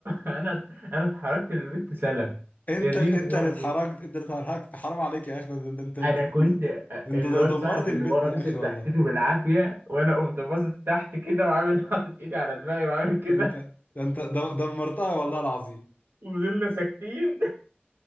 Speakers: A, on the right; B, on the left.
A: انا انا اتحركت من البيت سلم
B: انت
A: يا دين
B: انت
A: امي
B: اللي اتحركت انت اللي اتحركت حرام عليك يا اخي ده انت انت انت
A: انا كنت آه،
B: انت
A: الواد
B: ده دمرت
A: صاحب
B: البيت
A: اللي ورا
B: يا
A: مسك
B: اخي
A: ضحكته
B: والله
A: بالعافيه وانا قمت باصص تحت كده وعامل <laughs> حاطط ايدي على دماغي وعامل كده
B: ده انت ده انت دم- دمرتها والله العظيم
A: وفضلنا ساكتين